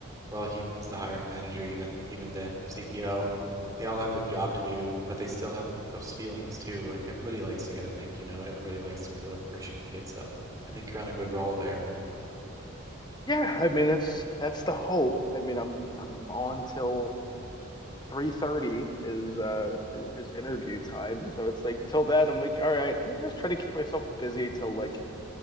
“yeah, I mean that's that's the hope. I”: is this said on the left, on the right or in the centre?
Left